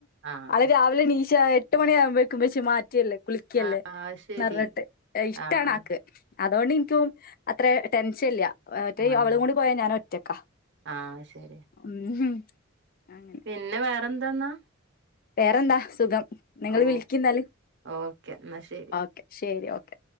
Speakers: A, on the right; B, on the left.
A: ആഹ്
B: അവള് രാവിലെ നീചാ എട്ട് മണ്യാവുമ്പേക്കും ഇമ്മച്ചെ മാറ്റ്യല്ലേ കുളിക്ക്യല്ലേ
A: ആഹ് അത് ശരി
B: നർഞ്ഞ്ട്ട് എഹ് ഇഷ്ടാണാക്ക്
A: ആഹ് ആഹ്
B: അതോണ്ടിൻക്കും അത്ര ടെൻഷൻല്ല്യ മറ്റേ
A: ആഹ് ആഹ്
B: അവളും കൂടി പോയാ ഞാനൊറ്റക്കാ.
A: ആഹ് ശരി
B: ഉം ഹും <unintelligible>
A: പിന്നെ വേറെന്താന്നാ?
B: വേറെന്താ സുഖം നിങ്ങള്
A: ഓ
B: വിളിക്കിന്നാല്.
A: ഓക്കെ എന്നാ ശരി
B: ഓക്കെ ശെരി ഓക്കെ.